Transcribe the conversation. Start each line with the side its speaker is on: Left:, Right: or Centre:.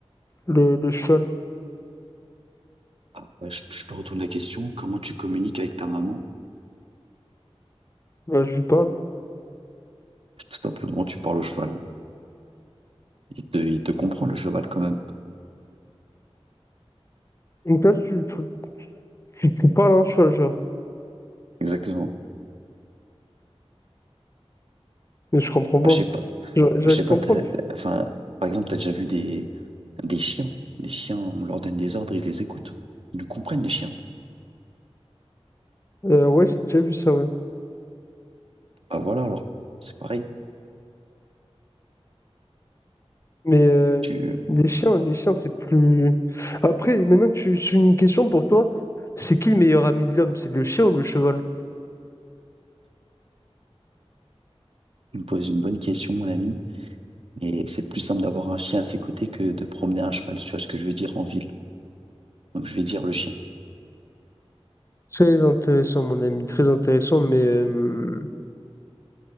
Left: le, le cheval?
Right: Ah, bah, je, je te retourne la question, comment tu communiques avec ta maman?
Left: Là, je lui parle.
Right: Tout simplement, tu parles au cheval. Il te, il te comprend, le cheval, quand même.
Left: Donc là, tu, tu, tu- tu parles à un cheval, genre.
Right: Exactement.
Left: Mais je comprends pas.
Right: Enfin, je sais pas. Enfin,
Left: Genre, J'arrive
Right: Je sais
Left: de comprendre.
Right: pas, t'as- t'as- enfin, par exemple, tu as déjà vu des, des chiens. Les chiens, on leur donne des ordres et ils les écoutent. Ils nous comprennent, les chiens.
Left: Euh, ouais, j'ai déjà vu ça, ouais.
Right: Bah voilà, alors, c'est pareil.
Left: Mais euh,
Right: Tu
Left: les chiens, les chiens, c'est plus. Après, maintenant que tu suis une question pour toi, c'est qui le meilleur ami de l'homme? C'est le chien ou le cheval?
Right: tu me poses une bonne question, mon ami. Et c'est plus simple d'avoir un chien à ses côtés que de promener un cheval. Tu vois ce que je veux dire en ville. Donc, je vais dire le chien.
Left: Très intéressant, mon ami, très intéressant. Mais euh,